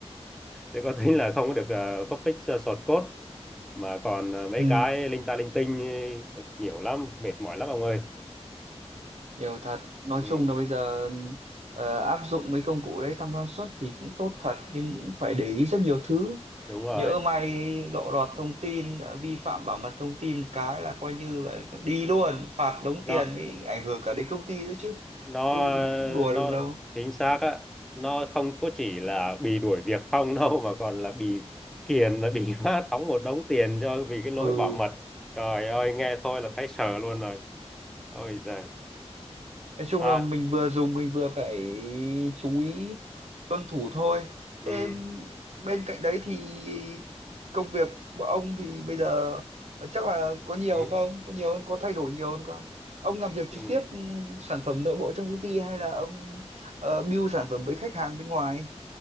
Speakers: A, in the centre; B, on the right.
A: chưa có tính là không có được uh, public source code mà còn ờ, mấy
B: ừ
A: cái linh ta linh tinh ờ, nhiều lắm mệt mỏi lắm ông ơi
B: nhiều thật nói
A: ừ,
B: chung là bây giờ ờ, áp dụng mấy công cụ đấy tăng năng suất thì cũng tốt thật nhưng cũng phải để ý rất nhiều thứ
A: đúng rồi
B: nhỡ may lộ lọt thông tin ờ, vi phạm bảo mật thông tin một cái là coi như là đi luôn phạt đống
A: đó
B: tiền mới ảnh hưởng cả đến công ty nữa chứ
A: nó
B: chứ cũng đùa
A: nó
B: được đâu
A: chính xác á nó không có chỉ là bị đuổi việc không <laughs> đâu mà còn là bị kiềm là bị <laughs> phát đóng một đống tiền cho vì cái lỗi
B: ừ
A: bảo mật trời ơi nghe thôi là thấy sợ luôn rồi ôi giời
B: nói chung
A: à,
B: là mình vừa dùng mình vừa phải chú ý tuân thủ thôi
A: ừ,
B: thế bên cạnh đấy thì công việc của ông thì bây giờ chắc là có nhiều
A: ừ,
B: không có nhiều hơn có thay đổi nhiều hơn không ông làm việc
A: ừ.
B: trực tiếp ừ, sản phẩm nội bộ trong công ty hay là ông ờ, build sản phẩm với khách hàng bên ngoài